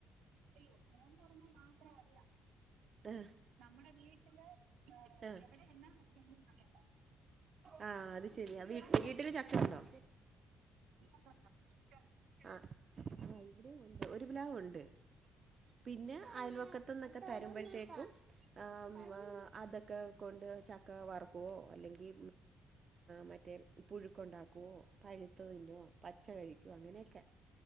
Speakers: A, on the right; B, on the right.
A: അയ്യോ ഫോൺ തുറന്ന മാത്രവല്ല
B: ആഹ്
A: നമ്മുടെ വീട്ടില് ഏ
B: ആഹ്
A: എവിടെ എന്നാ നോക്കിയാലും അതന്നെ
B: ആ അത് ശെരിയാ വീ വീട്ടില് ചക്ക ഉണ്ടോ?
A: <unintelligible>
B: ആ- ആ ഇവിടെയും ഉണ്ട് ഒരു പ്ലാവ് ഉണ്ട് പിന്നെ അയൽവക്കത്ത നിന്നൊക്കെ തരുമ്പോ ആ- അതൊക്കെ കൊണ്ട് ചക്ക വറക്കുവോ അല്ലെങ്കി മറ്റേ പുഴുക്കുണ്ടാക്കുവോ- പഴുത്തത് തിന്നുവോ പച്ച കഴിക്കോ അങ്ങനെയൊക്കെ